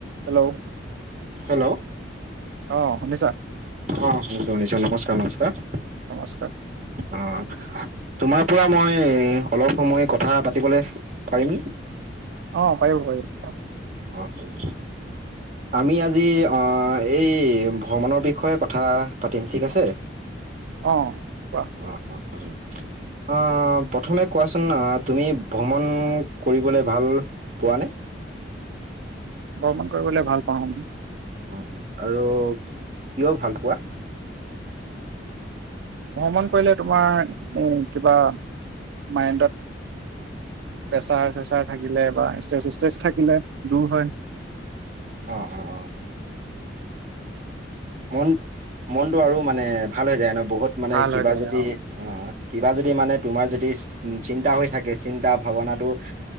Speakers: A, on the right; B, on the right.
A: হেল্ল',
B: হেল্ল',
A: অ, শুনিছা?
B: অ, শুনিছো - শুনিছো নমস্কাৰ - নমস্কাৰ।
A: নমস্কাৰ
B: অ, তোমাৰ পৰা মই অলপ সময় কথা পাতিবলে পাৰিম
A: অ, পাৰিব - পাৰিব।
B: অ, উম, আমি আজি এই ভ্ৰমণৰ বিষয়ে কথা পাতিম ঠিক আছে। <inaudible>
A: অ, কোৱা?
B: উম, অ, উম, অ, প্ৰথমে কোৱাচোন তুমি ভ্ৰমণ কৰিবলৈ ভাল পোৱা নে?
A: ভ্ৰমণ কৰিবলে ভাল পাও আমি
B: উ আৰু কিয় ভাল পোৱা।
A: ভ্ৰমণ কৰিলে তোমাৰ এ কিবা মাইণ্ডত। প্ৰেছাৰ চেচাৰ থাকিলে বা ষ্ট্ৰেচ ষ্ট্ৰেচ থাকিলে দূৰ হয়।
B: অ অ। অ মন মনটো আৰু মানে ভাল হৈ যায় ন বহুত মানে
A: ভাল
B: কিবা
A: হৈ যায়
B: যদি।
A: অঁ
B: অ কিবা যদি মানে তোমাৰ যদি চিন্তা হৈ থাকে চিন্তা ভাৱনাটো।